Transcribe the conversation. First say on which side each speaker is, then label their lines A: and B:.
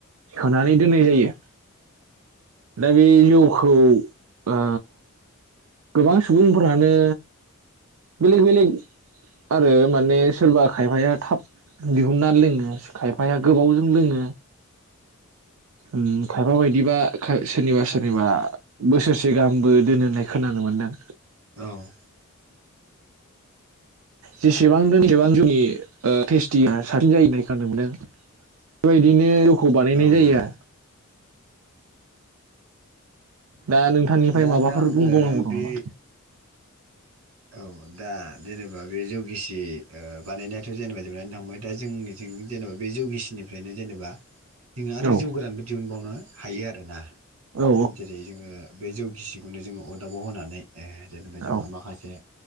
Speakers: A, on the right; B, on the right.
A: सोनानै दोननाय जायो। दा बे जौखौ ओ गोबां सुबुंफोरानो बेलेग बेलेग आरो माने सोरबा खायफाया थाब दिहुननानै लोङो खायफाया गोबावजों लोङो उम खायफा बायदिबा खा सोरनिबा सोरनिबा बोसोरसे गाहामबो दोनो होननाय खोनानो मोनदों।
B: औ
A: जेसेबां दोनो एसेबां जोंनि ओ टेस्टिया साबसिन जायो होननाय खोनानो मोनदों बेबायदिनो जौखौ बानायनाय
B: औ
A: जायो
B: औ
A: दा नोंथांनिफ्राय
B: दा
A: माबाफोर
B: नोंथां
A: बुंबावनांगौ
B: ओ बे
A: दं नामा
B: औ दा जेनेबा बे जौगिसि ओ बानायनायाथ जेनेबा जोबनानै थांबाय दा जोंनिथिं जेनेबा बे जौगिसिनिफ्रायनो जेनेबा जोङो आरो
A: औ
B: जौ गोरानबो दिहुनबावना हायो आरोना
A: औ
B: जेरै जोङो बे जौ गिसिखौनो जोङो अरदाबाव होनानै ओ जेनेबा जोंहा
A: औ
B: माखासे